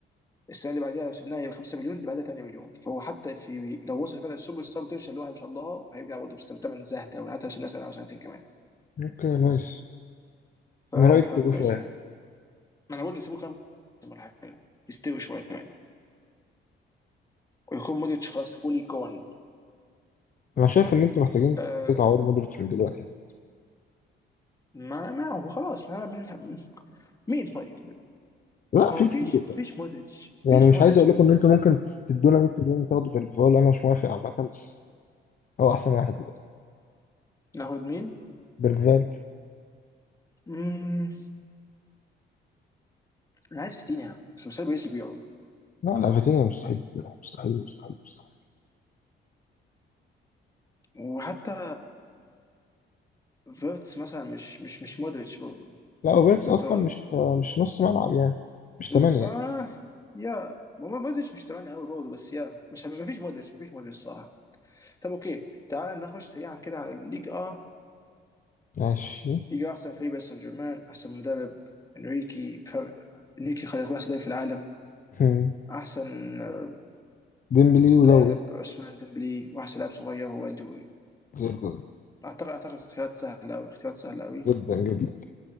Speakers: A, on the left; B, on the left.
A: السنه اللي بعديها لو سيبناها ب 5 مليون اللي بعدها 8 مليون فهو حتى في لو وصل فعلا السوبر ستار بوتنشال اللي هو ما شاء الله هيرجع برضه بثمن زهد قوي حتى لو سيبناه سنه او سنتين كمان
B: اوكي نايس
A: فحاجه
B: انا رايي تسيبوه
A: كويسه
B: شويه
A: يعني ما انا بقول سيبوه كام موسم ولا حاجه يستوي شويه يعني ويكون مودريتش خلاص فولي جون
B: انا شايف ان انتوا محتاجين
A: آه
B: تعوضوا مودريتش من دلوقتي يعني.
A: ما ما هو خلاص ما ما- مين طيب
B: لا
A: ما
B: في
A: هو فيش
B: كتير يعني.
A: ما فيش مودريتش
B: يعني
A: فيش
B: مش
A: مودريتش
B: عايز اقول
A: يا دود
B: لكم ان انتوا ممكن تدونا 100 مليون وتاخدوا بيرجفال انا مش موافق عامه بس هو احسن واحد دلوقتي
A: ناخد مين؟
B: بيرجفال
A: مم، انا عايز فيتينيا بس مش عارف باريس يبيعه
B: لا لا فيتينيا مستحيل مستحيل مستحيل مستحيل
A: وحتى فيرتس مثلا مش مش مش مودريتش برضه
B: لا اوفيرتس
A: حتى
B: اصلا
A: لو قالوا
B: مش مش نص ملعب يعني مش
A: بالظبط
B: ثمانية
A: يا ما هو مودريتش مش تمانية قوي برضه بس يا مش ما فيش مودريتش ما فيش مودريتش صراحه طب اوكي تعال نخش سريعا كده على الليج اه
B: ماشي
A: ليج آه، احسن فريق باريس سان جيرمان احسن مدرب انريكي بفرق انريكي خلق يكون احسن لاعب في العالم
B: <laughs>
A: احسن آه،
B: ديمبلي ودوي
A: لاعب عثمان ديمبلي واحسن لاعب صغير هو دوي
B: زي الدول
A: اعتقد اعتقد اختيارات سهله قوي اختيارات سهله قوي
B: جدا جدا